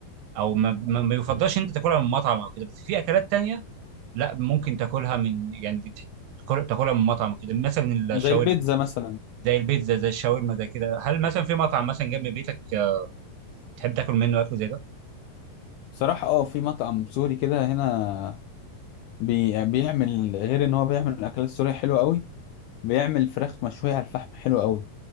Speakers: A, on the right; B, on the left.
A: او ما, ما ما يفضلش إن انت تاكلها من مطعم او كده بس في اكلات تانية لا ممكن تاكلها من يعني بت- تاكل- تاكلها من مطعم كده مثلا
B: زي
A: الشاورما
B: البيتزا مثلا
A: زي البيتزا زي الشاورما زي كده هل مثلا في مطعم مثلا جنب بيتك آه، تحب تاكل منه اكل زي ده
B: بصراحة اه في مطعم سوري كده هنا بي... بيعمل غير ان هو بيعمل اكلات سورية حلوة قوي بيعمل فراخ مشوية على الفحم حلوة قوي